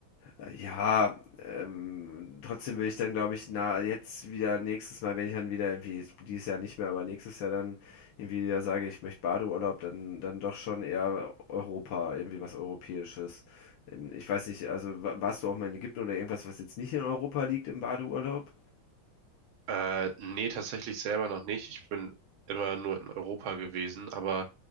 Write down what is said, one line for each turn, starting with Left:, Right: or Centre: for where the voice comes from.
Left: äh, Ja, ähm, trotzdem will ich dann, glaube ich, na, jetzt wieder nächstes Mal, wenn ich dann wieder irgendwie, dieses Jahr nicht mehr, aber nächstes Jahr dann irgendwie wieder sage, ich möchte Badeurlaub, dann, dann doch schon eher Europa, irgendwie was Europäisches. Ähm, Ich weiß nicht, also wa- warst du auch mal in Ägypten oder irgendwas, was jetzt nicht in Europa liegt im Badeurlaub?
Right: Äh, nee, tatsächlich selber noch nicht. Ich bin immer nur in Europa gewesen, aber